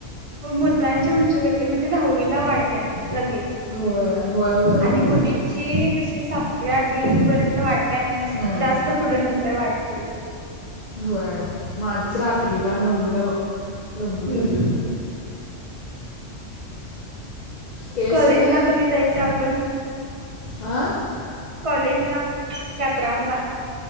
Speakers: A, on the right (about 30°); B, on the left (about 45°).
A: मुलांची उंची लगे म्हणजे दहावी ला वाढत्या लगेच
B: होय होय होय होय
A: आणि मुलींची कशी सातवी- आठवी पर्यंत वाढते. त्यांनी
B: हम्म.
A: जास्त पुढं नंतर वाढत नाही.
B: होय.. माझी तर आठवीला, नववीला बघ लंबू
A: हम्म
B: झाले मी तेसं...
A: कॉलेजला कधी जायचं आपण
B: हा
A: कॉलेजला कॅपग्राऊंडला